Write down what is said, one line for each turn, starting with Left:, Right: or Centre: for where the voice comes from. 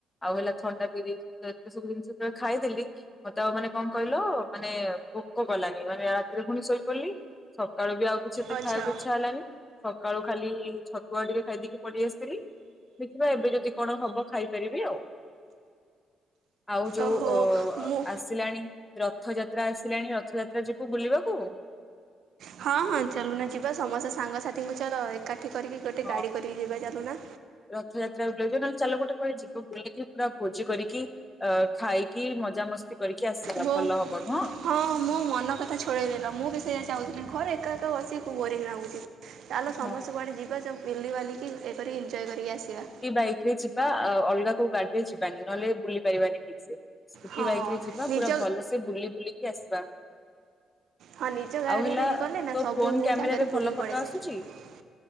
Left: ଆଉ ହେଲା ଥଣ୍ଡା ପି ଦେଇଥିଲି ଏତେ ସବୁ ଜିନିଷ ଯେତେବେଳେ ଖାଇଦେଲି ମତେ ଆଉ ମାନେ କଣ କହିଲ ମାନେ ଭୋକ କଲାନି ମାନେ ରାତିରେ ପୁଣି ଶୋଇପଡିଲି। ସକାଳୁ ବି ଆଉ କିଛି ଏତେ
Right: ଆଚ୍ଛା
Left: ଖାଇବାକୁ ଇଚ୍ଛା ହେଲାନି। ସକାଳୁ ଖାଲି ଛତୁଆଟିକେ ଖାଇଦେଇକି ପଳେଇ ଆସିଥିଲି। ଦେଖିବା ଏବେ ଯଦି କଣ ହବ ଖାଇପାରିବି ଆଉ। ଆଉ ଯୋଉ
Right: ଓହୋ
Left: ଅ
Right: ମୁଁ
Left: ଆସିଲାଣି ରଥଯାତ୍ରା ଆସିଲାଣି ରଥଯାତ୍ରା ଯିବୁ ବୁଲିବାକୁ?
Right: ହଁ ହଁ ଚାଲୁନା ଯିବା ସମସ୍ତେ ସାଙ୍ଗସାଥିୀଙ୍କୁ ଚାଲ ଏକାଠି କରିକି ଗୋଟେ
Left: ହଁ
Right: ଗାଡି କରିକି ଯିବା ଚାଲୁନା।
Left: ରଥଯାତ୍ରା ବୁଲେଇଲେ ନହେଲେ ଚାଲ ଗୋଟେ କୁଆଡେ ଯିବ ବୁଲିକି ପୁରା ଭୋଜି କରିକି ଅ ଖାଇକି ମଜାମସ୍ତି କରିକି ଆସିବା
Right: ମୁଁ
Left: ଭଲ ହବ ନୁହଁ।
Right: ହଁ ମୁଁ ମନ କଥା ଛଡ଼େଇନେଲ। ମୁଁ ବି ସେଇଆ ଚାହୁଁଥିଲି ଘରେ ଏକା ଏକା ବସିକି ବୋରିଂ ଲାଗୁଛି। ଚାଲ ସମସ୍ତେ
Left: ହଁ।
Right: କୁଆଡ଼େ ଯିବା ସବୁ ବୁଲିି ବାଲିକି ଏ କରିକି ଏଞ୍ଜୟ କରିକି ଆସିବା।
Left: ବାଇକରେ ଯି ବା ଅଲଗା କୋଉ ଗାଡିରେ ଯିବାନି ନହେଲେ ବୁଲି ପାରିବାନି ଠିକ ସେ। ସ୍କୁଟି
Right: ହଁ
Left: ବାଇକରେ ଯିବା
Right: ନିଜ
Left: ପୁରା ଭଲସେ ବୁଲି ବୁଲିକି ଆସିବା।
Right: ହଁ ନିଜ ଗାଡିରେ
Left: ଆଉ ହେଲା
Right: ଗଲେ ନା
Left: ତୋ
Right: ସବୁ
Left: ଫୋନ କ୍ୟାମେରାରେ
Right: ଜାଗାରେ
Left: ଭଲ
Right: ବୁଲିକି
Left: ଫଟୋ
Right: ପଳିଆସିବେ।
Left: ଆସୁଛି